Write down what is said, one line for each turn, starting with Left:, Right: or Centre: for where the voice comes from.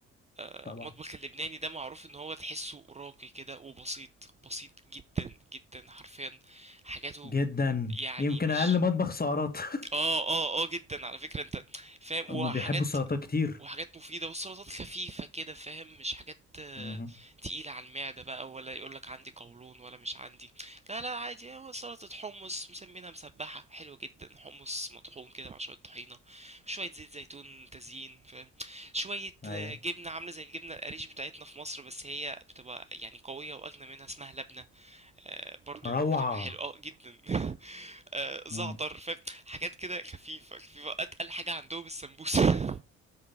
Right: المطبخ
Left: طبعا
Right: اللبناني ده معروف ان هو تحسه راقي كده وبسيط بسيط جدا جدا حرفيا حاجاته
Left: جدا
Right: يعني
Left: يمكن
Right: مش
Left: اقل مطبخ سعرات <laughs>
Right: اه اه اه جدا على فكرة انت فاهم
Left: أما
Right: وحاجات
Left: بيحبوا السلطات كتير
Right: وحاجات مفيدة والسلطات خفيفة كده فاهم مش حاجات آه،
Left: مهم.
Right: تقيلة على المعدة بقى ولا يقولك عندي قولون ولا مش عندي لا لا عادي هو سلطة حمص مسمينها مسبحة حلوة جدا حمص مطحون كده مع شوية طحينة شوية زيت زيتون تزيين فاهم شوية
Left: ايوه
Right: آه، جبنة عاملة زي الجبنة القريش بتاعتنا في مصر بس هي بتبقى يعني قوية وأجنى منها اسمها لبنة آه، برضو
Left: روعة
Right: بتبقى حلوة اه جدا <laughs> آه، زعتر
Left: مم.
Right: فاهم حاجات كده خفيفة خفيفة أتقل حاجة عندهم السمبوسة <laughs>